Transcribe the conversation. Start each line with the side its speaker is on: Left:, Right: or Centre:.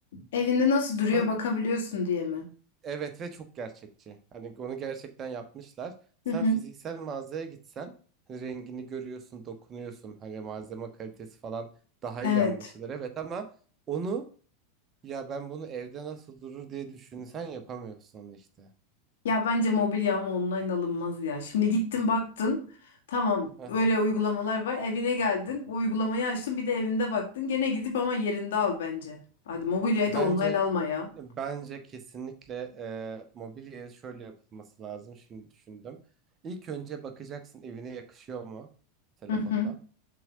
Left: Evinde nasıl
Right: Sen
Left: duruyor bakabiliyorsun diye mi?
Right: Evet ve çok gerçekçi. Hani onu gerçekten yapmışlar. Sen
Left: Hı hı.
Right: fiziksel mağazaya gitsen hani rengini görüyorsun, dokunuyorsun. Hani malzeme kalitesi falan daha
Left: Evet.
Right: iyi anlaşılır. Evet ama onu ya ben bunu evde nasıl durur diye düşünsen yapamıyorsun onu işte.
Left: Ya bence mobilya ama online alınmaz ya. Şimdi gittin baktın. Tamam
Right: Aha.
Left: öyle uygulamalar var. Evine geldin. O uygulamayı açtın bir de evinde baktın. Gene gidip ama yerinde al bence. Hadi mobilyayı
Right: Bence
Left: da online alma ya.
Right: bence kesinlikle e, mobilyaya şöyle yapılması lazım. Şimdi düşündüm. İlk önce bakacaksın evine yakışıyor mu telefondan.
Left: Hı hı.